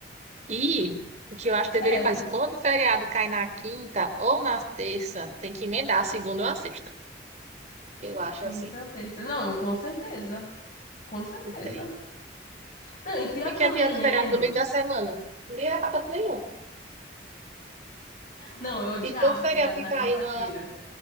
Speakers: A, on the right (about 40°); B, on the left (about 45°).
A: E o que eu acho que
B: É,
A: deveria fazer,
B: porque
A: quando o feriado cai na quinta ou na terça, tem que emendar a segunda ou a sexta. Eu acho
B: quinta
A: assim.
B: ou terça. Não, com certeza. Com certeza.
A: Não tem.
B: Não, e pior
A: O que é
B: que
A: que
B: eu
A: adianta
B: andei lendo.
A: o feriado no meio da semana? Não é pra tanto nenhum.
B: Não, eu odiava
A: E teu feriado
B: feriado
A: que
B: na
A: cair
B: quarta-feira.
A: numa,